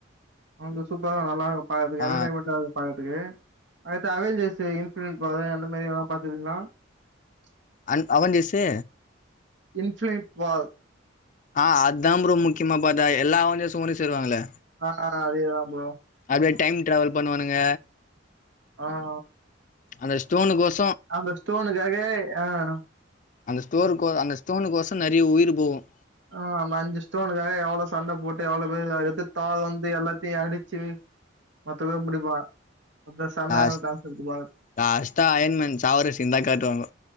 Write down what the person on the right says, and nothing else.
அவந்து சூப்பரா நல்லாருக்கும் பாக்றதுக்கு
என்டர்டென்மெண்டா இருக்கும் பாக்றதுக்கு இருக்கு அடுத்து அவன்ஜர்ஸ் இன்ஃப்லுயஸ் அந்த மாதிரி எல்லாம் பாத்துருக்கிங்களா <unintelligible>
இன்ஃப்ளையன்ட் பால்
ஆஹ் ஆஹ் அதேதான் ப்ரோ
ஆஹ்
அந்த ஸ்டோனுக்காக ஆஹ்
ஆஹ் ஆமா அந்த ஸ்டோனுக்காக எவ்ளோ சண்ட போட்டு எவ்ளோ பேரு ஆ எதித்தாலும் வந்து எல்லாத்தையும் அடிச் ச்சு மொத்ததையும் முடிப்பா அதா செமையான
கான்செப்ட் பா